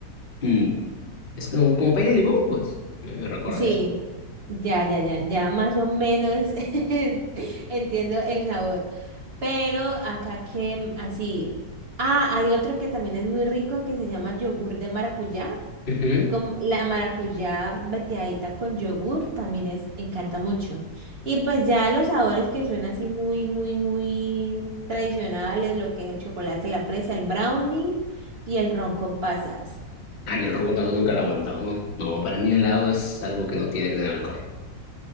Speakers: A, on the left; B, on the right.
A: Mm, Es como, como pay de limón, pues. Me, me recuerda
B: Sí,
A: a eso.
B: ya, ya, ya, ya más o menos <laughs> entiendo el sabor. Pero acá que así. Ah, hay otra que también es muy rico que se llama yogur de maracuyá.
A: Ujú.
B: Con la maracuyá veteadita con yogur también es, encanta mucho. Y pues ya los sabores que son así muy, muy, muy tradicionales, lo que es el chocolate, la fresa, el brownie y el ron con pasas.
A: Ay, el ron con gato nunca lo he aguantado, ¿no? No, para mí el helado es algo que no tiene que tener alcohol.